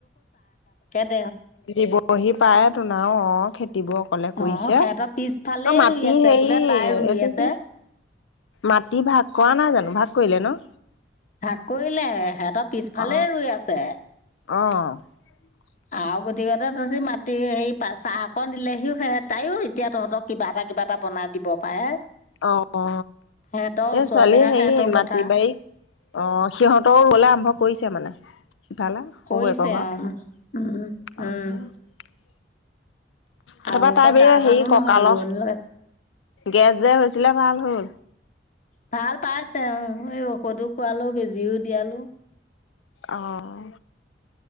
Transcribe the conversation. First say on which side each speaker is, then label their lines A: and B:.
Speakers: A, on the left; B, on the left.
A: <unintelligible>
B: দিবহি পায় তো নাও অ খেতিবোৰ অকলে কৰিছে।
A: অ' সিহঁতৰ পিছফালেই
B: অ মাটি
A: ৰুই আছে
B: হেৰি,
A: বোলে তাই ৰুই
B: এইটো
A: আছে
B: কি? মাটি ভাগ কৰা নাই জানোঁ, ভাগ কৰিলে ন?
A: ভাগ কৰিলে সিহঁতৰ পিছফালে
B: অ
A: ৰুই আছে।
B: অ
A: আৰু গতিকতে তহঁতি মাটি সেই <unintelligible> তাইয়ো এতিয়া তহঁতৰ কিবা এটা কিবা এটা বনাই দিব পাৰে।
B: অ, অ
A: সিহঁতৰ
B: এ
A: ওচৰতেহে
B: ছোৱালী হেৰি
A: সিহঁতৰো পথাৰ
B: মাটি বাৰীক অ সিহঁতৰো হ'লে আৰম্ভ কৰিছে মানে। তালে, শহুয়েকৰ
A: কৰিছে উম উম
B: <unintelligible>
A: উম
B: তাৰপৰা
A: আৰু আকৌ
B: তাই বোলে
A: গা
B: হেৰি
A: ভালো
B: ককালৰ
A: নহয় ৰোৱনী লগাইছে
B: গেছ যে হৈ ছিলে ভাল হ'ল।
A: ভাল পাইছে অ এই ঔষধো খোৱালো, বেজিও দিয়ালো।
B: অহ